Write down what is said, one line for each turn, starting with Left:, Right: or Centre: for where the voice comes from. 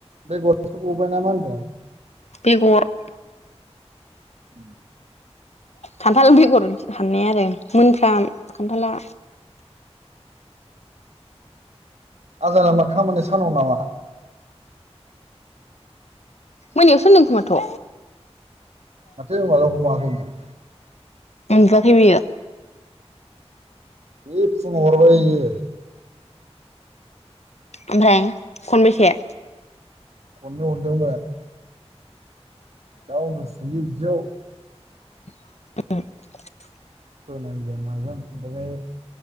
Right: बेगरसो गबोबायना मा होनदों।
Left: बेगर
Right: <inaudible>
Left: खान्थाल बेगर हाननाया आरो मोनफ्राम खान्थाला
Right: आजारा मा खामानिया सानाव नामा।
Left: मोनायावसो होनदों खोमाथ'
Right: माथो होमबालाय गयाखै
Left: उन्दुखै बियो
Right: बे फुंआव हरबायो
Left: ओमफ्राय खनबेसे
Right: खन्नै हरदोंमोन दा उन्दुसोयो बिदियाव
Left: <inaudible>
Right: फोनांगदों माजों ओमफ्राय